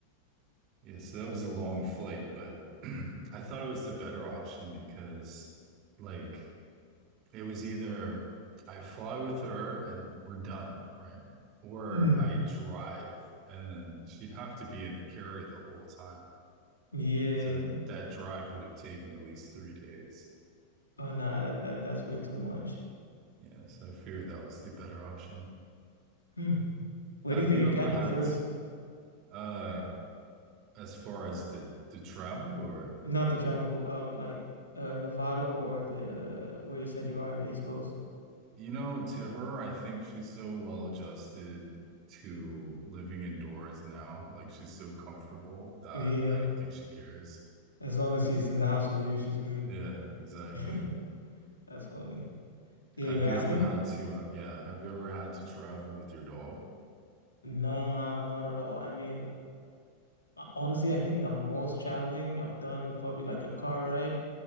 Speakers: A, on the right (about 40°); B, on the left (about 80°).
A: Yeah. So that was a long flight, but <clears throat> I thought it was the better option because, like, It was either I fly with her and we're done, right? Or
B: Mm.
A: I drive and then she'd have to be in the carrier the whole time.
B: Yeah.
A: So that drive would have taken at least three days.
B: Oh no, that, that that's way too much.
A: Yeah, so I figured that was the better option.
B: Hmm. Where
A: Have
B: do you think
A: you
B: your
A: ever
B: cat
A: had
B: prefers?
A: uh as far as the the travel or
B: Not
A: what
B: to
A: do
B: travel,
A: you mean by that?
B: um, like uh, Nevada or the where you said you are in the East Coast.
A: You know, to her, I think she's so well adjusted to living indoors now. Like she's so comfortable that
B: Yeah.
A: I don't think she cares.
B: As long as she's in the house with you, she's good.
A: Yeah, exactly.
B: <laughs> That's funny. Yeah,
A: Have
B: you were asking?
A: you ever had to, uh, yeah, have you ever had to travel with your dog?
B: Nah, not at all. I mean, uh, honestly, I think the most traveling I've done is probably like a car ride,